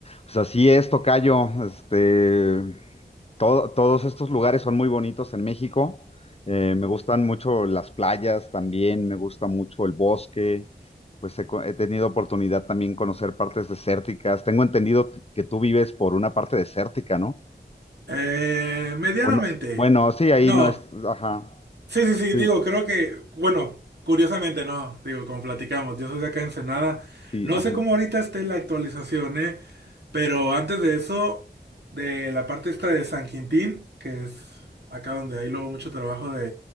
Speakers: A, on the left; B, on the right.
A: Pues así es, tocayo. Este, to- todos estos lugares son muy bonitos en México. Eh, me gustan mucho las playas también, me gusta mucho el bosque. Pues he, co- he tenido oportunidad también conocer partes desérticas. Tengo entendido t- que tú vives por una parte desértica, ¿no?
B: Eh, medianamente.
A: O no, bueno, sí, ahí
B: No.
A: no es, ajá,
B: Sí, sí, sí,
A: sí,
B: digo, creo que, bueno, curiosamente no, digo, como platicamos, yo soy de acá en Ensenada.
A: sí,
B: No
A: ajá.
B: sé cómo ahorita esté la actualización, ¿eh? Pero antes de eso, de la parte esta de San Quintín, que es acá donde hay luego mucho trabajo